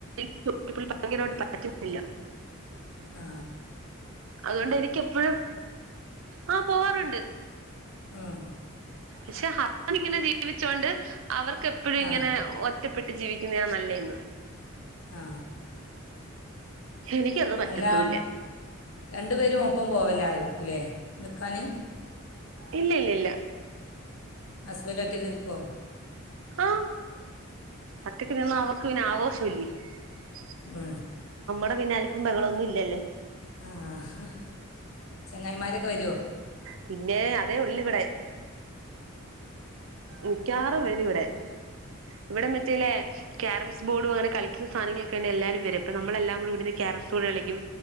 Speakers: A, on the right (about 65°); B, on the left (about 75°).
A: <unintelligible> ഭയങ്കരമായിട്ട് പറ്റുന്നില്ല
B: ആ
A: അതുകൊണ്ട് എനിക്ക് എപ്പോഴും ആ പോവാറുണ്ട്
B: ഉം
A: <unintelligible> ഞാനിങ്ങനെ ജീവിച്ചോണ്ട് അവർക്ക് എപ്പോഴും ഇങ്ങനെ
B: ആ
A: ഒ റ്റപ്പെട്ട് ജീവിക്കുന്നായാ നല്ലെന്ന്
B: ആ
A: എനിക്കത് പറ്റത്തൂല്ല
B: അല്ല രണ്ടു പേരും ഒപ്പം പോവല്ല ആയിരിക്കൂലേ നിക്കാന്
A: ഇല്ല ഇല്ല ല്ല
B: ഹസ്ബൻഡ് ഒറ്റക്ക് നികൊ
A: ആ ഒറ്റക്ക് നിന്നും അവർക്ക് പിന്നെ ആഘോഷ <unintelligible>
B: അ
A: ഇടെ പിന്നാലും അൽപും ബഹളം ഇല്ല ല്ലേ
B: ആഹ ചെങ്ങായിമാരൊക്കെ വരോ
A: പിന്നെ അതേ ഉള്ളിവിടെ മിക്കവാറും വരും ഇവിടെ ഇവിടെ മറ്റല്ലേ കാരംസ് ബോഡും അങ്ങനെ കളിക്ക സധനങ്ങളൊക്കെണ്ട് എല്ലാരുംവരും അപ്പം നമ്മളെല്ലാം കൂടി ഇവിടുന്ന് കാരംസ് ബോഡ് കളിക്കും